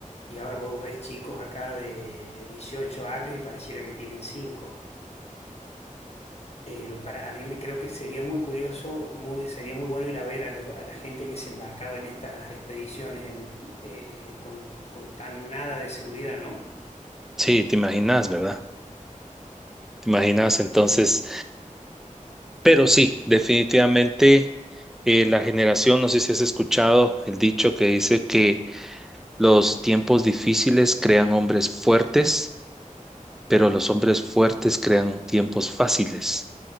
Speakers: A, on the left (about 50°); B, in the centre.
A: Y ahora vos ves chicos acá de 18 años y pareciera que tienen cinco Eh, para, a mí me creo que sería muy curioso, muy, sería muy bueno ir a ver a, los- a la gente que se embarcaba en estas expediciones en, eh, con, con tan nada de seguridad, ¿no?
B: sí, te imaginas, ¿verdad? Te imaginas entonces, pero sí, definitivamente eh, la generación, no sé si has escuchado el dicho que dice que los tiempos difíciles crean hombres fuertes, pero los hombres fuertes crean tiempos fáciles